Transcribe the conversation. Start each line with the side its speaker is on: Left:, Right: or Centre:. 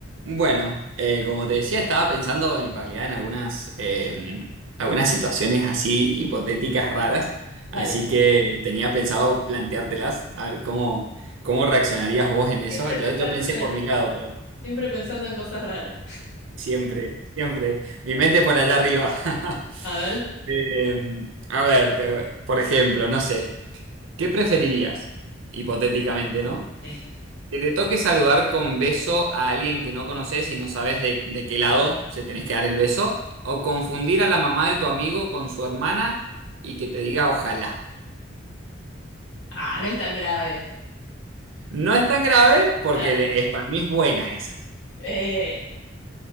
Right: Bueno, eh, como te decía, estaba pensando en realidad en algunas, eh, algunas situaciones así hipotéticas raras,
Left: Dale.
Right: así que tenía pensado planteártelas, a ver cómo, cómo reaccionarías vos en eso.
Left: Siempre pensando
Right: Yo, yo pensé
Left: en,
Right: por mi lado, pero
Left: siempre pensando en cosas raras.
Right: siempre, siempre, mi mente por allá arriba. <laughs>
Left: A ver.
Right: Eh, a ver, te- por ejemplo, no sé, ¿qué preferirías? Hipotéticamente, ¿no?
Left: Sí.
Right: Que te toque saludar con beso a alguien que no conoces y no sabes de, de qué lado se tenés que dar el beso. O confundir a la mamá de tu amigo con su hermana y que te diga ojalá.
Left: Ah, no es tan grave.
Right: No es tan grave porque
Left: Grave.
Right: es, para mí es buena esa.
Left: Eh,